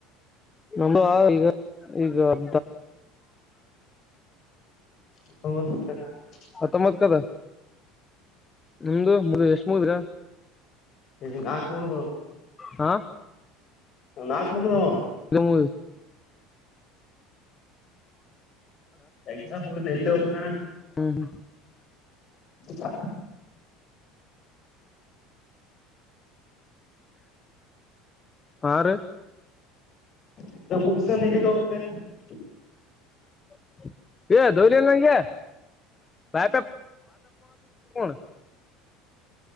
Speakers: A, on the left; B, on the left.
A: ನ ಈಗ ಈಗ <inaudible>
B: ಸುತ್ <inaudible>
A: ಹತ್ತೊಂಬತ್ ಕದ ನಿಮ್ದು ಮು ಎಷ್ಟ ಮುಗಿದ್ರ
B: ಈಗ ನಾಕ್ು ಮುಗದ
A: ಹಾ
B: ನಾಕ ಮುಗದವು ನಾ
A: ಗಮ
B: ಎಕ್ಸಾಮ ಮುಗಿದು ಯಲ್ಲಿ ಹೋಗೋದು
A: ಹ್ಮ್
B: ಹಾ
A: ಹಾರಿ
B: ಎಕ್ಸಮ್ ಮುಗಸ <unintelligible>
A: <unintelligible> ನಗೆ ಬಾಯಪೆ <unintelligible>